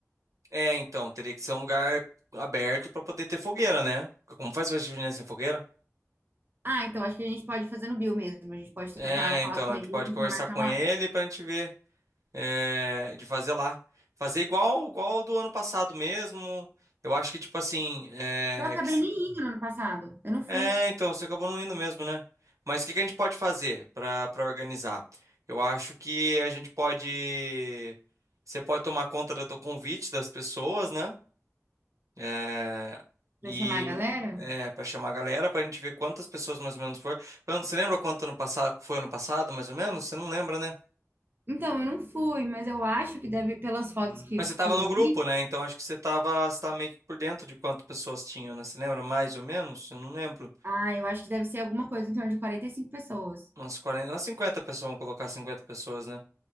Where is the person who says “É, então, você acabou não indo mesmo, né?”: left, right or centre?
Right